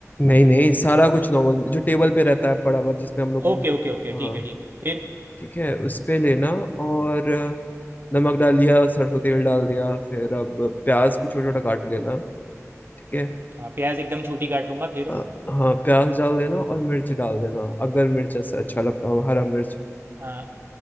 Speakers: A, on the left; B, on the right.
A: नहीं नहीं सारा कुछ नॉर्मल जो टेबल पे रहता है पड़ा हुआ जिसमें हम लोग
B: ओके ओके ओके
A: हाँ
B: ठीक है ठीक है फिर
A: ठीक है उस पे लेना और नमक डाल दिया सरसों तेल डाल दिया फिर अब प्याज को छोटा छोटा काट लेना ठीक है
B: हाँ प्याज एकदम छोटी काट लूँगा फिर
A: अ, हाँ प्याज डाल देना और मिर्च डाल देना अगर मिर्च ऐसा अच्छा लगता हो हरा मिर्च
B: हाँ